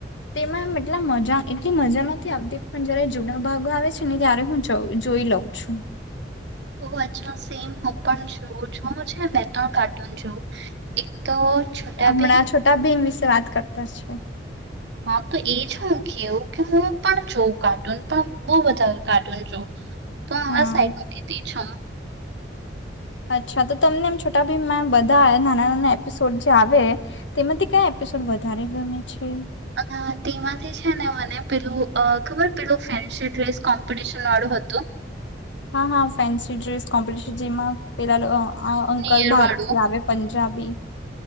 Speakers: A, on the left; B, on the right.
A: તેમાં એટલા મજા એટલી મજા નથી આવતી પણ જયારે જૂના ભાગો આવે છે ને ત્યારે હું જો લઉ છું
B: ઓ અ સેમ હું પણ જો જોઉ છે બે ત્રણ કાર્ટૂન જોું એક તો છોટા
A: હમણાં
B: બેેમ
A: છોટા ભીમ વિશે વાત કરતા છે
B: હા તો એજ મુંકીવ કે હું પણ જોઉ કાર્ટૂન પણ બહ વધારે કાર્ટૂન જોઉ તું અમારા
A: હા
B: સાઈડમાં કીતી છ
A: અચ્છા તો તમને એમ છોટાભાઈ બધા નાના નાના એપિસોડ જે આવે તેમાંથી ક િસોડ વધારે ગમે છે
B: અ તેમાંથી છે ને મને પેલું ખબર પેલું ફન્સી ડ્રેસ કોમ્પિટિશન વાળું હતો
A: હા હા ફેન્સી ડ્રેસ કોમ્પિટશન જેમાં પેલા અંકલ
B: નેર
A: બારથી
B: વાળું
A: આવે પંજાબી